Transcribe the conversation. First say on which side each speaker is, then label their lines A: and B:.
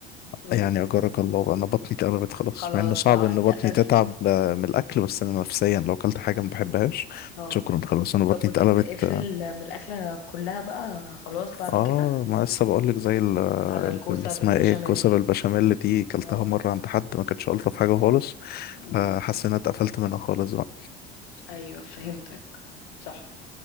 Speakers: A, on the left; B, on the left.
A: مم.
B: يعني أجرك الله أنا بطني اتقلبت خلاص
A: خلاص
B: مع إنه صعب
A: بقى
B: إن
A: اتقفلت
B: بطني تتعب آه، من الأكل بس أنا نفسيا لو أكلت حاجة ما بحبهاش
A: اه
B: شكرا خلاص أنا بطني
A: طب وتتقفل
B: اتقلبت
A: من الاكله كلها بقى خلاص بعد
B: آه
A: كده
B: ما لسه بقول لك زي ال- ال-
A: على الكوسه
B: اللي اسمها
A: بالبشاميل
B: إيه الكوسة البشاميل دي كلتها
A: اه
B: مرة عند حد ما كانتش ألطف حاجة خالص
A: مم.
B: فحاسس إن أنا اتقفلت منها خالص بقى
A: ايوه فهمتك صح